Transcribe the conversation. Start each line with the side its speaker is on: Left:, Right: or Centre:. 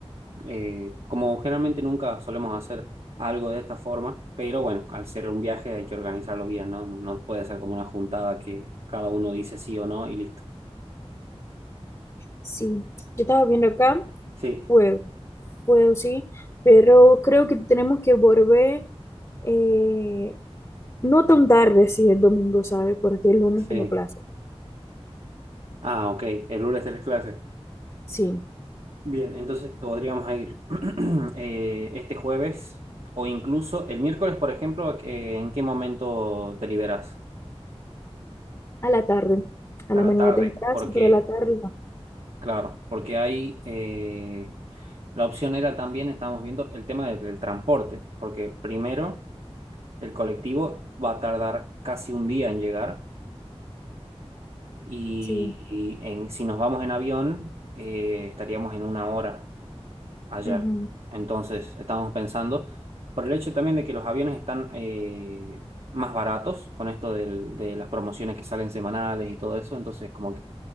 Right: eh, como generalmente nunca solemos hacer algo de esta forma, pero bueno, al ser un viaje hay que organizarlo bien, ¿no? No no puede ser como una juntada que cada uno dice sí o no y listo.
Left: Sí, yo estaba viendo acá,
Right: Sí,
Left: puedo, puedo, sí, pero creo que tenemos que volver eh, no tan tarde, si el domingo, ¿sabe? Porque el lunes
Right: sí.
Left: tengo clase.
Right: Ah, ok, el lunes tenés clases.
Left: Sí,
Right: Bien, entonces podríamos ir <clears throat> eh, este jueves o incluso el miércoles, por ejemplo, eh, ¿en qué momento te liberas?
Left: a la tarde. A
Right: A
Left: la mañana
Right: la tarde,
Left: tengo clase,
Right: porque,
Left: pero a la tarde no.
Right: claro, porque hay... eh, La opción era también, estábamos viendo, el tema del, del transporte, porque primero el colectivo va a tardar casi un día en llegar y,
Left: Sí,
Right: y en- si nos vamos en avión eh, estaríamos en una hora allá.
Left: ujú,
Right: Entonces estábamos pensando, por el hecho también de que los aviones están eh, más baratos con esto del- de las promociones que salen semanales y todo eso, entonces como